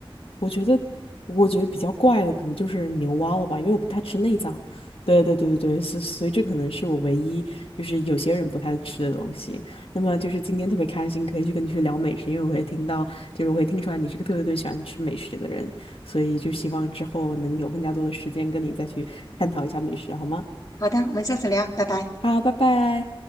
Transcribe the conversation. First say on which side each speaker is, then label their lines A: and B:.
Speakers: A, on the left; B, on the left.
A: 我觉得，我觉得比较怪的可能就是牛蛙了吧，因为我不太吃内脏。对对对对对，所所以这可能是我唯一就是有些人不太吃的东西。那么就是今天特别开心，可以去跟你去聊美食，因为我会听到，就是我会听出来你是个特别特别喜欢吃美食的人，所以就希望之后能有更加多的时间跟你再去探讨一下美食，好吗？
B: 好的，我们下次聊，拜拜。
A: 好，拜拜。